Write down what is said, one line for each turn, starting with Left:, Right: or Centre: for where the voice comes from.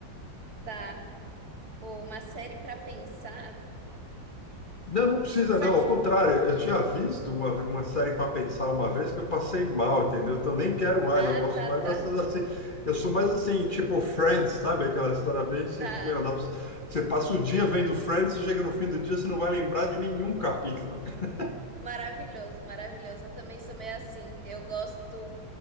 Right: tá. Pô, uma série pra pensar.
Left: Não, não precisa,
Right: Saiu.
Left: não. Ao contrário, eu tinha visto uma, uma série para pensar uma vez que eu passei mal, entendeu? Então nem quero mais,
Right: Ah,
Left: eu gosto
Right: tá,
Left: mais
Right: tá,
Left: dessas assim. Eu sou mais assim, tipo Friends, sabe? Aquela história bem assim,
Right: tá.
Left: que, meu, dá pra- você passa o dia vendo Friends, chega no fim do dia, você não vai lembrar de nenhum capítulo. <laughs> cara.
Right: Maravilhoso, maravilhoso. Eu também sou meio assim. Eu gosto.